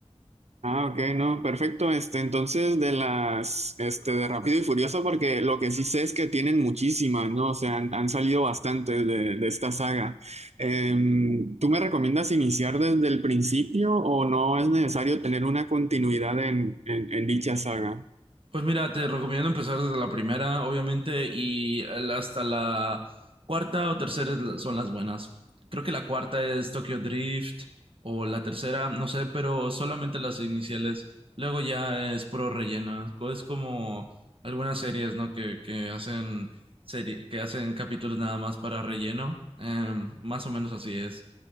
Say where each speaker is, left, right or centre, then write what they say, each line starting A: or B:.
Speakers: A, on the right (about 85°); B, on the right (about 55°).
A: Ah, ok, no, perfecto. Este, entonces de las, este, de Rápido y Furioso, porque lo que sí sé es que tienen muchísimas, ¿no? O sea, han, han salido bastantes de, de esta saga. Em, ¿tú me recomiendas iniciar desde el principio o no es necesario tener una continuidad en, en, en dicha saga?
B: Pues mira, te recomiendo empezar desde la primera, obviamente, y el- hasta la cuarta o tercera es la- son las buenas. Creo que la cuarta es Tokyo Drift o la tercera, no sé, pero solamente las iniciales. Luego ya es puro relleno. Es como algunas series, ¿no? Que, que hacen serie, que hacen capítulos nada más para relleno. Em, más o menos así es.